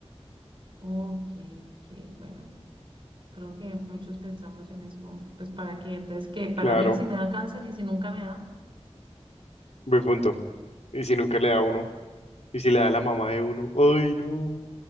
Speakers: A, on the right; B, on the left.
A: ok, ok, bueno, creo que muchos pensamos en eso. como que, Pues para qué, entonces que para
B: Claro,
A: mí si me da cáncer y si nunca me da.
B: buen punto. ¿Y si nunca le da a uno? ¿Y si le da a la mamá de uno? Ay, no.